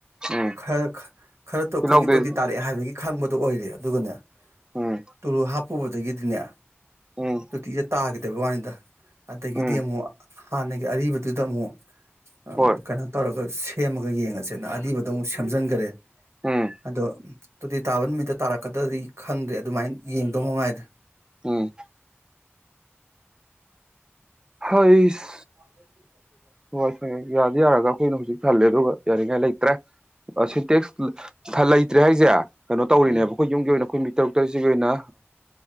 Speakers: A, on the right; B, on the right.
A: ꯎꯝ
B: ꯈꯔ ꯈꯔꯇ ꯑꯩꯈꯣꯏꯒꯤ
A: ꯁꯤ ꯂꯧꯗꯣꯏ
B: ꯇꯣꯇꯤ ꯇꯥꯔꯛꯑꯦ ꯍꯥꯏꯕꯒꯤ ꯈꯪꯕꯗꯣ ꯑꯣꯏꯔꯦ ꯑꯗꯨꯒꯅꯦ
A: ꯎꯝ
B: ꯇꯨꯔꯨꯍꯥꯞ ꯄꯨꯕꯗꯒꯤꯗꯤꯅꯦ
A: ꯎꯝ
B: ꯇꯣꯇꯤꯁꯦ ꯇꯥꯈꯤꯗꯕ ꯋꯥꯅꯤꯗ ꯑꯗꯒꯤꯗꯤ
A: ꯎꯝ
B: ꯑꯃꯨꯛ ꯍꯥꯟꯅꯒꯤ ꯑꯔꯤꯕꯗꯨꯗ ꯑꯃꯨꯛ ꯎꯝ
A: ꯍꯣꯏ
B: ꯀꯩꯅꯣ ꯇꯧꯔꯒ ꯁꯦꯝꯃꯒ ꯌꯦꯡꯉꯁꯦꯅ ꯑꯔꯤꯕꯗꯣ ꯑꯃꯨꯛ ꯁꯦꯝꯖꯤꯟꯈ꯭ꯔꯦ
A: ꯎꯝ
B: ꯑꯗꯣ ꯇꯨꯗꯤ ꯇꯥꯕ ꯅꯨꯃꯤꯠꯇ ꯇꯥꯔꯛꯀꯗ꯭ꯔꯗꯤ ꯈꯪꯗ꯭ꯔꯦ ꯑꯗꯨꯃꯥꯏꯅ ꯌꯦꯡꯗꯧ ꯃꯉꯥꯏꯔꯦ
A: ꯎꯝ ꯍꯥꯏꯁ
B: ꯑ <unintelligible>
A: ꯍꯣꯏ ꯍꯣꯏ ꯌꯥꯗꯤ ꯌꯥꯔꯒ ꯑꯩꯈꯣꯏꯅ ꯍꯧꯖꯤꯛ ꯊꯜꯂꯦ ꯑꯗꯨꯒ ꯌꯥꯅꯤꯡꯉꯥꯏ ꯂꯩꯇ꯭ꯔꯦ ꯁꯤꯇꯦꯛꯁ ꯂꯩꯇ꯭ꯔꯦ ꯍꯥꯏꯁꯦ ꯀꯩꯅꯣ ꯇꯧꯔꯤꯅꯦꯕ
B: ꯎꯝ
A: ꯑꯩꯈꯣꯏ ꯌꯨꯝꯒꯤ ꯑꯣꯏꯅ ꯑꯩꯈꯣꯏ ꯇꯔꯨꯛ <unintelligible> ꯒꯤ ꯑꯣꯏꯅ